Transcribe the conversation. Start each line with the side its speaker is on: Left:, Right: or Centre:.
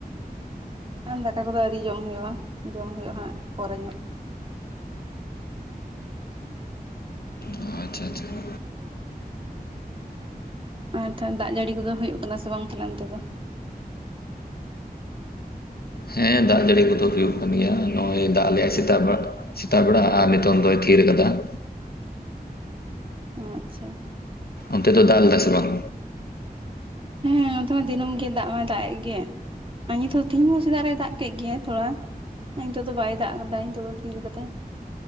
Right: ᱟᱨ ᱫᱟᱠᱟ ᱠᱚᱫᱚ ᱟᱭᱨᱤ ᱡᱚᱢ ᱦᱩᱭᱩᱜᱼᱟ ᱡᱚᱢ ᱦᱩᱭᱩᱜᱼᱟ ᱦᱟᱸᱜ ᱯᱚᱨᱮ ᱧᱚᱝ ᱾
Left: ᱚ ᱟᱪᱪᱷᱟ, ᱟᱪᱪᱷᱟ ᱾
Right: ᱟᱨ ᱛᱟᱦᱚᱞᱮ ᱫᱟᱜ ᱡᱟᱹᱲᱤ ᱠᱚᱫᱚ ᱦᱩᱭᱩᱜ ᱠᱟᱱᱟ ᱥᱮ ᱵᱟᱝ ᱛᱟᱦᱚᱞᱮ ᱚᱱᱛᱮ ᱫᱚ?
Left: ᱦᱮᱸ ᱫᱟᱜ ᱡᱟᱹᱲᱤ ᱠᱚᱫᱚ ᱦᱩᱭᱩᱜ ᱠᱟᱱ ᱜᱮᱭᱟ ᱟᱨ ᱱᱚᱜᱼᱚᱭ ᱫᱟᱜ ᱟᱫ ᱞᱮᱭᱟᱭ ᱥᱮᱛᱟᱜ ᱵᱮᱲᱟ᱾ ᱥᱮᱛᱟᱜ ᱵᱮᱲᱟ ᱟᱨ ᱱᱤᱛᱳᱜ ᱫᱚᱭ ᱛᱷᱤᱨ ᱠᱟᱫᱟ ᱾
Right: ᱚ ᱟᱪᱪᱷᱟ ᱾
Left: ᱚᱱᱛᱮ ᱫᱚ ᱫᱟᱜ ᱞᱮᱫᱟᱭ ᱥᱮ ᱵᱟᱝ?
Right: ᱦᱮᱸ ᱱᱚᱛᱮ ᱢᱟ ᱫᱤᱱᱟᱹᱢ ᱜᱮ ᱫᱟᱜ ᱢᱟᱭ ᱫᱟᱜ ᱮ ᱜᱮ ᱾ ᱱᱤᱛ ᱦᱚᱸ ᱛᱮᱦᱤᱧ ᱦᱚᱸ ᱥᱮᱛᱟᱜ ᱨᱮᱭ ᱫᱟᱜ ᱠᱮᱫ ᱜᱮᱟᱭ ᱛᱷᱚᱲᱟ᱾ ᱱᱤᱛᱳᱜ ᱫᱚ ᱵᱟᱭ ᱫᱟᱜ ᱠᱟᱫᱟᱭ ᱱᱤᱛᱳᱜ ᱫᱚᱭ ᱛᱷᱤᱨ ᱠᱟᱫᱟᱭ᱾